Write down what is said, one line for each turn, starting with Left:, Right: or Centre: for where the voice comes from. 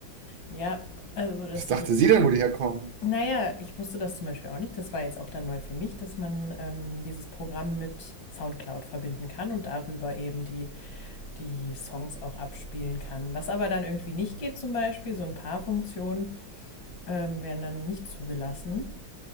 Left: ja, also dass
Right: Was dachte
Left: sie die,
Right: sie denn, wo die herkommen?
Left: naja, ich wusste das zum Beispiel auch nicht, das war jetzt auch dann neu für mich, dass man ähm, dieses Programm mit SoundCloud verbinden kann und darüber eben die die Songs auch abspielen kann. Was aber dann irgendwie nicht geht, zum Beispiel, so ein paar Funktionen ähm, werden dann nicht zugelassen.